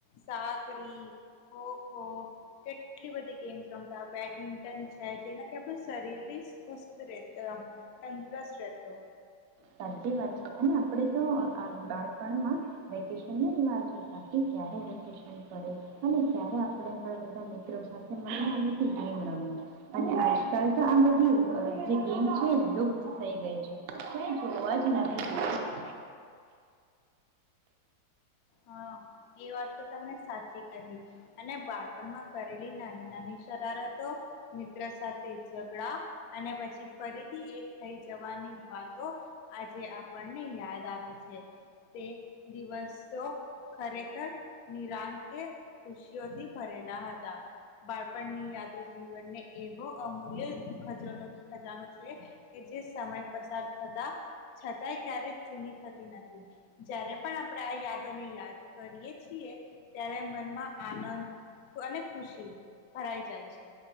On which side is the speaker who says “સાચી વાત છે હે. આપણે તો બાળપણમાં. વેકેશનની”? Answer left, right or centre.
Right